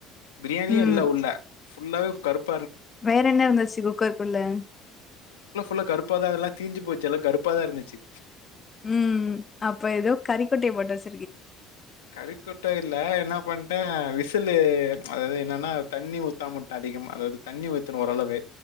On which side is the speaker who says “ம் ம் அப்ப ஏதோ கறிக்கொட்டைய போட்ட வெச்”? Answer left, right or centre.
Left